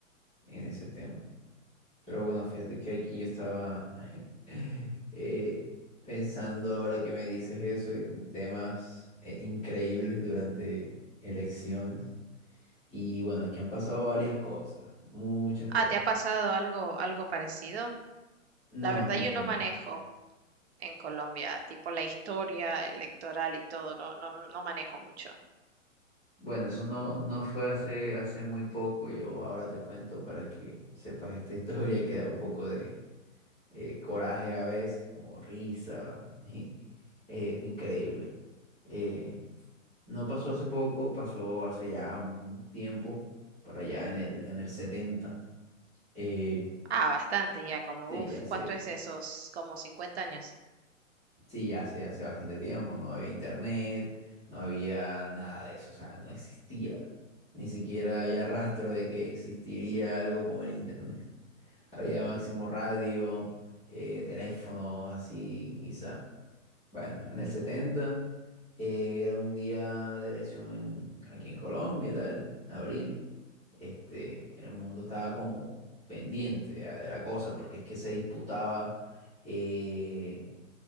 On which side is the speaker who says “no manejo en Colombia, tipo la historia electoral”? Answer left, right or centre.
Right